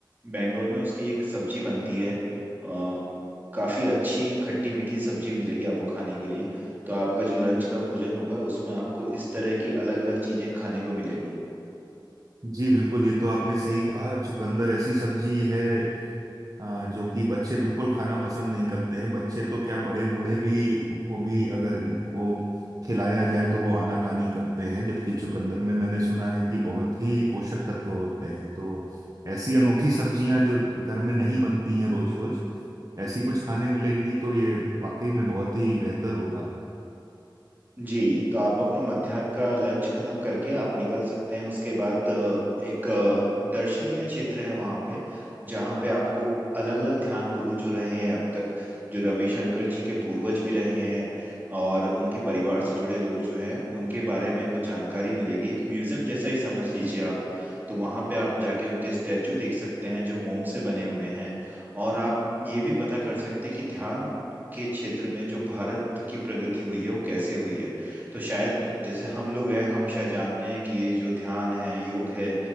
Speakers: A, on the right; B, on the right.
A: बैंगलोर में उसकी एक सब्जी बनती है अ, काफी अच्छी खट्टी मीठी सब्जी मिलेगी आपको खाने के लिए तो आपका जो लंच का भोजन होगा उसमें आपको इस तरह की अलग अलग चीजें खाने को मिलेंगी
B: जी बिल्कुल ये तो आपने सही कहा चुकंदर ऐसी सब्जी है अ, जो कि बच्चे बिल्कुल खाना पसंद नहीं करते हैं बच्चे तो क्या बड़े बूढ़े भी को भी अगर इनको खिलाया जाए तो वो आनाकानी करते हैं जबकि चुकंदर में मैंने सुना है कि बहुत ही पोषक तत्व होते हैं तो ऐसी अनोखी सब्जियां जो घर में नहीं बनती हैं रोज रोज ऐसी कुछ खाने मिलेंगी तो ये वाकई में बहुत ही बेहतर होगा
A: जी तो आप अपना मध्याह्न का लंच खत्म करके आप निकल सकते हैं उसके बाद अ, एक अ, दर्शनीय क्षेत्र है वहाँ पे जहाँ पे आपको अलग अलग ध्यान गुरु जो रहे हैं अब तक जो रविशंकर जी के पूर्वज भी रहे हैं और उनके परिवार से जुड़े लोग जो हैं उनके बारे में कुछ जानकारी मिलेगी एक म्यूजियम जैसा ही समझ लीजिए आप तो वहाँ पे आप जाके उनके स्टैचू देख सकते हैं जो मोम से बने हुए हैं और आप ये भी पता कर सकते हैं कि ध्यान के क्षेत्र में जो भारत की प्रगति हुई है वो कैसे हुई है तो शायद जैसे हम लोग हैं हम शायद जानते हैं कि ये जो ध्यान है योग है